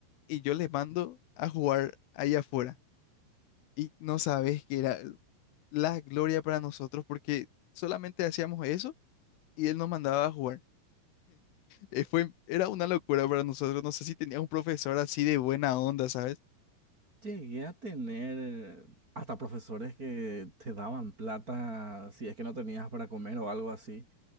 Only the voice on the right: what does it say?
Llegué a tener eh, hasta profesores que te daban plata si es que no tenías para comer o algo así.